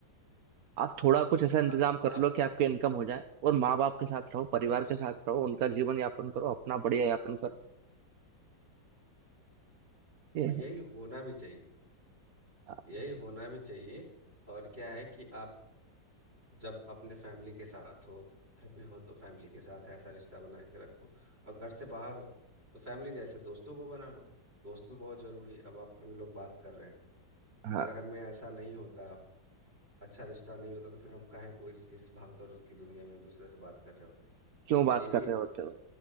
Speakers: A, on the right; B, on the right.
A: आप थोड़ा कुछ ऐसा इंतजाम
B: हाँ
A: कर
B: आप
A: लो कि आपके इनकम हो जाए और माँ बाप के साथ रहो परिवार
B: बस
A: के साथ रहो उनका जीवन यापन करो अपना बढ़िया यापन करो ये
B: यही
A: है
B: होना भी चाहिए
A: हाँ
B: यही होना भी चाहिए और क्या है कि आप जब अपने फैमिली के साथ हो घर पे हो तो फैमिली के साथ ऐसा रिश्ता बना के रखो और घर से बाहर हो तो फैमिली जैसे दोस्तों को बना लो दोस्त भी बहुत जरूरी है अब अपन लोग बात कर रहे हैं
A: हाँ,
B: अगर हमें ऐसा नहीं होता अच्छा रिश्ता नहीं होता तो फिर हम काहे को इस इस भागदौड़ की दुनिया में एक दूसरे से बात कर रहे होते
A: क्यों बात
B: ये भी
A: कर
B: एक
A: रहे होते हो